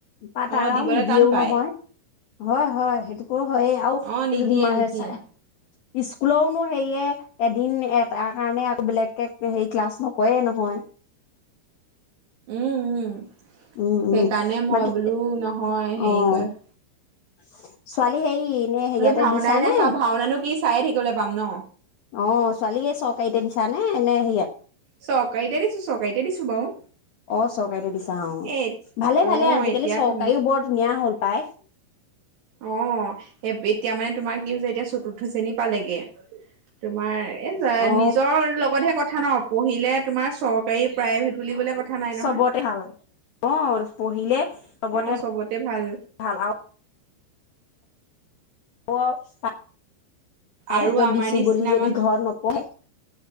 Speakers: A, on the left; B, on the right.
A: পা তাৰাও
B: অ দিবলৈ
A: নিদি। দিয়ও
B: টান পায়
A: নহয়। হয় হয় সেইটো। ক' হয়ে আও
B: অ নিদিয়ে
A: এইটো <unintelligible>
B: নিদিয়ে
A: স্কুলৰনো হেৰিয়ে এদিন তাৰ কাৰণে আৰু বেলেগকে হেৰি ক্লাছ নকৰে নহয়।
B: উম, উম। সেইকাৰণে
A: উম, উম,
B: মই
A: বাকী
B: বোলো নহয়, হেৰি
A: অ',
B: কৰিম
A: <inaudible> ছোৱালী হেৰি, নে, ইয়াতে
B: ভাওনাই
A: দিছা
B: নাচাওঁ
A: নে? অ',
B: ভাওনানো কি চায়ে থাকিবলৈ পাম ন।
A: ছোৱালী চৰকাৰীতেই দিছা? এ, এনেই
B: চৰকাৰীতেই দিছোঁ, চৰকাৰীতেই দিছোঁ বাৰু।
A: অ', চৰকাৰীতেই দিছা ছা, অ'।
B: এ
A: ভালে,
B: অ
A: ভালে। আজিকালি
B: এতিয়া
A: চৰকাৰীও
B: তোমাৰ
A: বৰ ধুনীয়া হ'ল পাই।
B: অ', এই এতিয়া মানে তোমাৰ কি হৈছে? এতিয়া চতুৰ্থ শ্ৰেণী পালেগে। তোমাৰ এ,
A: অ
B: নিজৰ লগতহে কথা ন? পঢ়িলে তোমাৰ চৰকাৰী প্ৰাইভেট বুলিবলে কথা নাই নহয়
A: চবতে ভাল অ পঢ়িলে চবতে
B: অ ভাল
A: ভাল আও অ প্ৰাইভেটত
B: আৰু আমাৰ নিচিনা
A: বুলি যদি
B: মান
A: ঘৰত নপঢ়ে